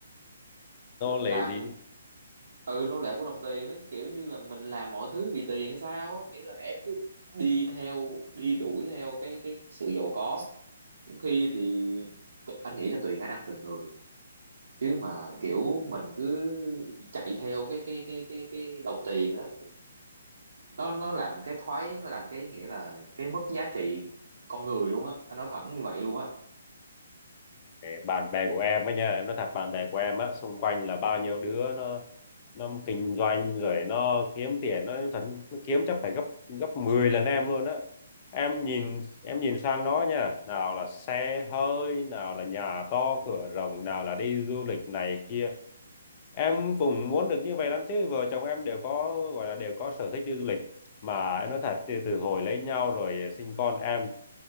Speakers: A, on the left; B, on the right.
A: nô
B: Làm
A: lệ gì
B: ừ nô lệ của đồng tiền đấy kiểu như là mình làm mọi thứ vì tiền hay sao á nghĩa là em cứ đi theo đi đuổi theo cái cái sự giàu có khi thì t- anh nghĩ là tùy khả năng từng người chứ mà kiểu mình cứ chạy theo cái cái cái cái cái đồng tiền á nó nó làm cái thoái nó làm cái nghĩa là cái mất giá trị con người luôn á anh nói thẳng như vậy luôn á
A: Để bạn bè của em ấy nha em nói thật bạn bè của em á xung quanh là bao nhiêu đứa nó nó kinh doanh rồi nó kiếm tiền nó thật nó kiếm chắc phải gấp gấp 10 lần em luôn á em nhìn em nhìn sang nó nha nào là xe hơi nào là nhà to cửa rộng nào là đi du lịch này kia em cũng muốn được như vậy lắm chứ vợ chồng em đều có gọi là đều có sở thích đi du lịch mà em nói thật từ từ hồi lấy nhau rồi sinh con em